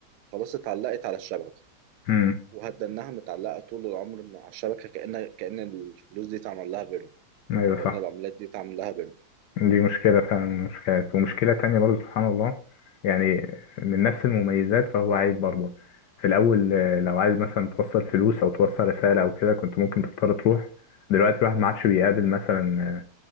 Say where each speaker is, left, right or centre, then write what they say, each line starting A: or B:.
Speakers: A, on the right; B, on the left.
A: خلاص اتعلقت على الشبكه
B: أمم،
A: وهتضل انها متعلقه طول العمر مع الشبكه كأن كأن الفلوس دي اتعمل لها بيرم
B: أيوة
A: او كأن
B: صح
A: العملات دي اتعمل لها بيرم
B: دي مشكلة فعلا من المشكلات ومشكلة تانية برضه سبحان الله يعني من نفس المميزات فهو عيب برضه في الأول آه، لو عايز مثلا توصل فلوس أو توصل رسالة أو كده كنت ممكن تضطر تروح دلوقتي الواحد ما عادش بيقابل مثلا آه،